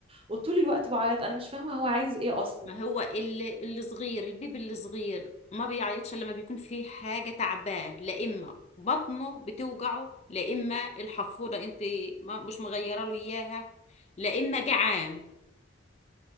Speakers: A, on the right; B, on the left.
A: وطول الوقت بعيط انا مش فاهمة هو عايز ايه اصلا
B: ما هو اللي الصغير البيبي الصغير ما بيعيطش الا لما بيكون فيه حاجه تعباه لا اما بطنه بتوجعه لا اما الحفوضه انت ما مش مغيره له اياها لا اما جعان